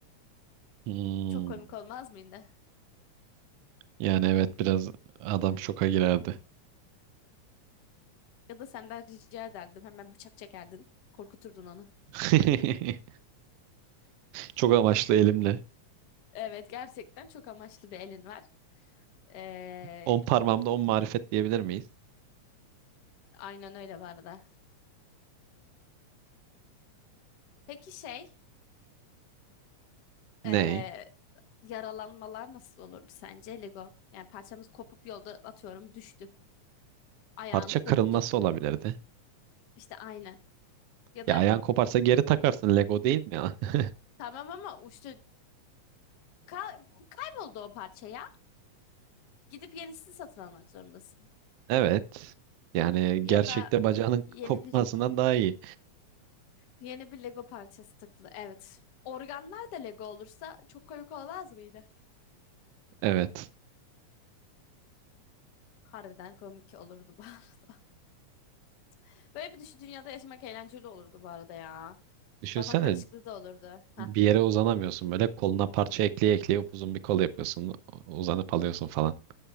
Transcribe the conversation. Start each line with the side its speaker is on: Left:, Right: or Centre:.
Right: Hmm.
Left: Çok komik olmaz mıydı?
Right: Yani evet biraz adam şoka girerdi.
Left: Ya da senden rica ederdim. Hemen bıçak çekerdin. Korkuturdun onu.
Right: <laughs> Çok amaçlı elimle.
Left: Evet gerçekten çok amaçlı bir elin var. Ee,
Right: On parmağımda on marifet diyebilir miyiz?
Left: Aynen öyle bu arada. Peki şey,
Right: Ney?
Left: eee, yaralanmalar nasıl olurdu sence Lego? Yani parçamız kopup yolda atıyorum düştü. Ayağın
Right: Parça
Left: koptu.
Right: kırılması olabilirdi.
Left: İşte aynen. Ya
Right: Ya
Left: da
Right: ayağın koparsa geri takarsın Lego değil mi ya? <laughs>
Left: tamam ama işte kay- kayboldu o parça ya. Gidip yenisini satın almak zorundasın.
Right: Evet. Yani
Left: Ya
Right: gerçekte
Left: da
Right: bacağının
Left: yeni
Right: kopmasından
Left: bir
Right: daha iyi.
Left: yeni bir Lego parçası takılı. Evet. Organlar da Lego olursa çok komik olmaz mıydı?
Right: Evet.
Left: Harbiden komik olurdu bu arada. <laughs> Böyle bir düşü dünyada yaşamak eğlenceli olurdu bu arada ya.
Right: Düşünsene
Left: Kafa karışıklığı da olurdu. Heh.
Right: bir yere uzanamıyorsun böyle koluna parça ekleye ekleye upuzun bir kol yapıyorsun. Uzanıp alıyorsun falan.